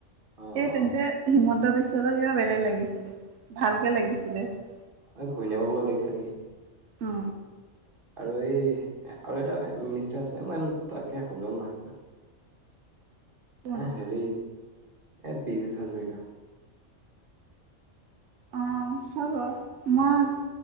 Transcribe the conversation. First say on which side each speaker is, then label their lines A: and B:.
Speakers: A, on the right; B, on the right.
A: অ
B: এই
A: অ
B: তেন্তে হিমন্ত বিশ্বৰ কিবা বেলেগ লাগিছিলে ভালকে লাগিছিলে সেইটো৷
A: অ ঘৈনীয়েকলৈ লাগিছিলে নেকি!
B: অ
A: আৰু এই আৰু এটা মিনিষ্টাৰ আছে মই তাকে হজম নহয় কিবা৷
B: কোন
A: এ হেৰি এ পিজুচ হাজৰিকা
B: অ চব মই <unintelligible>